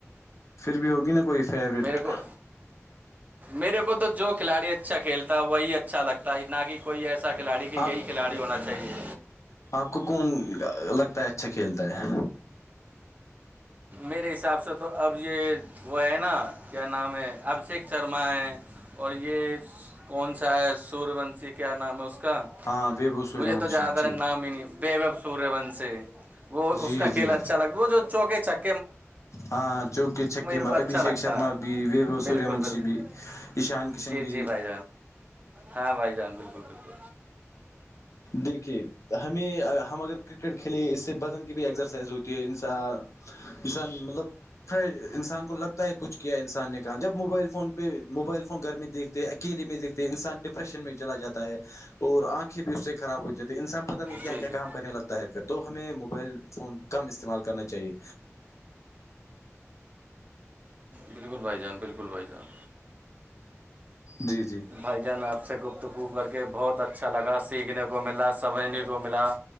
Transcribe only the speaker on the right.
میرے کو میرے کو تو جو کھلاڑی اچھا کھیلتا ہے وہی اچھا لگتا ہے نہ کہ کوئی ایسا کھلاڑی کہ یہی
کھلاڑی ہونا چاہیے
میرے حساب سے تو اب یہ وہ ہے نا کیا نام ہے ابھیشیک شرما ہے اور یہ کون سا ہے سوربنش کیا نام ہے اس کا
مجھے
تو زیادر
نام ہی نہیں بے بب سور ون سے وہ
اس کا
کھیل اچھا لگتا وہ جو چوکے چک
کو اچھا
لگتا
ہے
بالکل
بالکل
جی
جی بھائی ہاں بھائی جان بالکل بالکل
جی
جی
بالکل بھائی جان بالکل بھائی جان
بھجن آپ سے گپتگو کر کے بہت اچھا لگا سیکھنے ملا سمجنے کو ملا